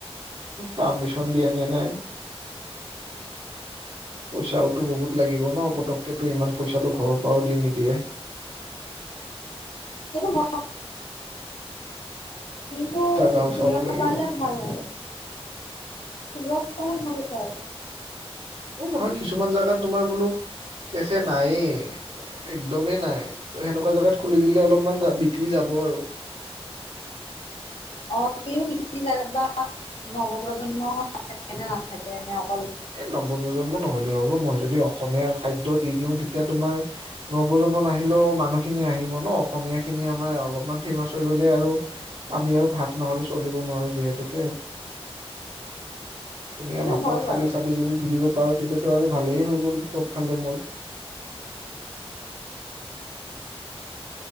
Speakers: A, on the right; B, on the left.
A: পাৰ্মিচন দিয়া নিয় নাই পইচাওতো বহুত লাগিব ন পতককেতটো ইমান পইচাটো ঘৰৰ পৰাও দি নিদিয়ে
B: সটো ম কিন্তু
A: জাগাও
B: খুলিব
A: চাব লাগিব
B: পাৰিলে ভাল আৰু ৰোগ পে ভাল যায়
A: অ' নহয় কিছুমান জাগাত তোমাৰ বোলো কেফে নাইে একদমেই নাই ত সেনেকুৱা জোগাত খুলি দিলে অলপমান বিক্ৰী যাব ব আৰু
B: অঁ সেইখিনি জাগাত বা নৱ প্ৰ্জন্ম থাকে নে নাথাকে ন
A: এ নৱ প্ৰজন্ম নহ'লেও হ'ব, মই যদি অসমীয়া খাদ্যত দি দিওঁ তেতিয়া তোমাৰ নৱজন্মান নাহিলেও মানুহখিনি আহিব ন, অসমীয়া খিনি আমাৰ অলপমান ফেমাচ হৈ গ'লে আৰু আমি আৰু ভাত নহলে চলিব নোৱাৰো যিহেতুকে। ধুনীয়া
B: সেইটো
A: ভাতত
B: হয়
A: ঠালী
B: বাৰু
A: চালি যদি দি দিব পাৰো, তেতিয়াতো আৰু ভালেই হৈ গ'ল চব ফালে মোৰ।